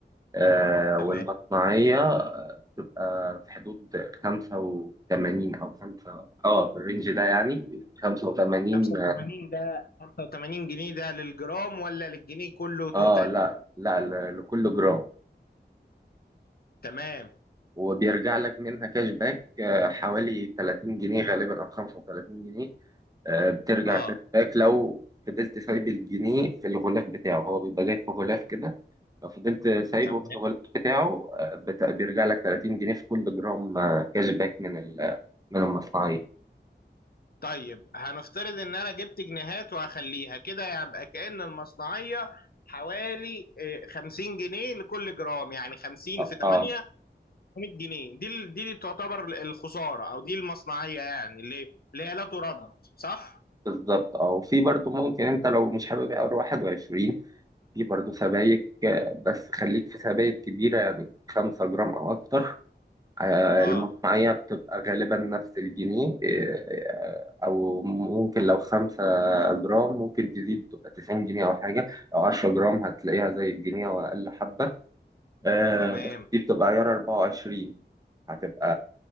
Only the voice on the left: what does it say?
تمام
85 ده 85 جنيه ده للجرام ولا للجنيه كله توتال
تمام
اه
تمام
طيب هنفترض ان انا جبت جنيهات وهخليها كده يبقى كأن المصنعية حوالي آه، 50 جنيه لكل جرام يعني 50
في 8
100 جنيه دي ال- دي اللي تعتبر الخسارة او دي المصنعية يعني اللي اللي هي لا ترد صح؟
اه
تمام